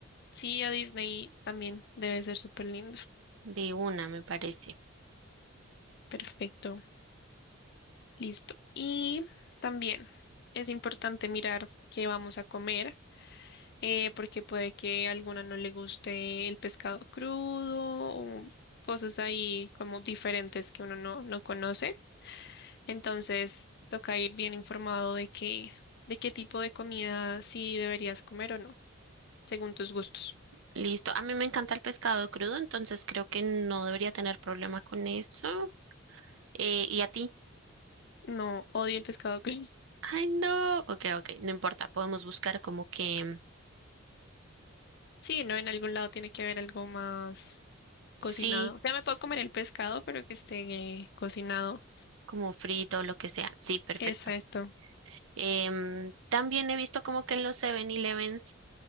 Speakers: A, on the left; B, on the right.
A: Sí, a Disney también debe ser súper lindo. <laughs>
B: de una, me parece.
A: Perfecto, listo. Y también es importante mirar qué vamos a comer eh, porque puede que a alguna no le guste el pescado crudo o cosas ahí como diferentes que uno no, no conoce. Entonces, toca ir bien informado de qué, de qué tipo de comida sí deberías comer o no, según tus gustos.
B: Listo. A mí me encanta el pescado crudo, entonces creo que no debería tener problema con eso. Eh, ¿y a ti?
A: No, odio el pescado crudo.
B: Ay, no. Ok, ok, no importa. Podemos buscar como que mm,
A: Sí, <laughs> no, en algún lado tiene que haber algo más
B: sí,
A: cocinado. O sea, me puedo comer el pescado, pero que esté eh, cocinado.
B: como frito, o lo que sea. Sí, perfecto.
A: Exacto.
B: Em, también he visto como que en los Seven elevens